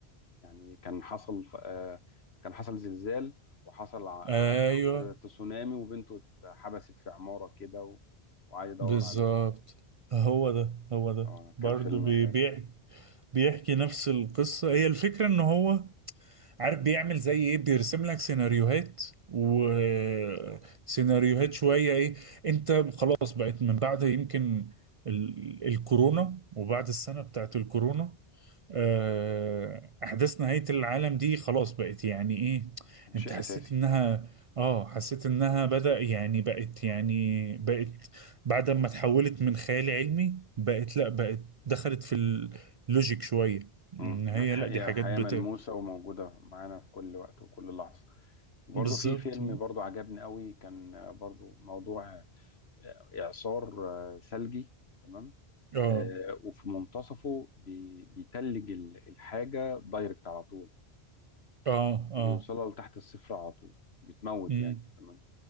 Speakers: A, on the left; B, on the right.
A: يعني كان حصل ف- آه، كان حصل زلزال وحصل ع- ع-
B: ايوه
A: عن طريق التسونامي وبنته اتحبست في عماره كده و- وقعد يدور
B: بالظبط
A: عليها
B: هو
A: ايوه
B: ده هو ده
A: اه
B: برضه
A: كان فيلم
B: بيبيع
A: حلو
B: بيحكي نفس القصه هي الفكره ان هو عارف بيعمل زي ايه بيرسم لك سيناريوهات وسيناريوهات شوية ايه انت خلاص بقت من بعد يمكن ال... الكورونا وبعد السنة بتاعت الكورونا آه، احداث نهاية العالم دي خلاص بقت يعني ايه
A: شيء
B: انت حسيت
A: اساسي
B: انها اه حسيت انها بدأ يعني بقت يعني بقت بعد ما تحولت من خيال علمي بقت لا بقت دخلت في اللوجيك شوية ان
A: امم
B: هي
A: بقت حقيقة
B: لا دي حاجات
A: حقيقة
B: بت...
A: ملموسة وموجودة معانا في كل وقت وكل لحظة وبرضه
B: بالظبط
A: في فيلم برضه عجبني قوي كان آه، برضه موضوع آه، إعصار آه، ثلجي تمام
B: اه
A: آه، وفي منتصفه بي- بيتلج ال- الحاجة دايركت على طول
B: اه
A: بيوصلها
B: اه
A: لتحت الصفر على طول بتموت
B: مم.
A: يعني تمام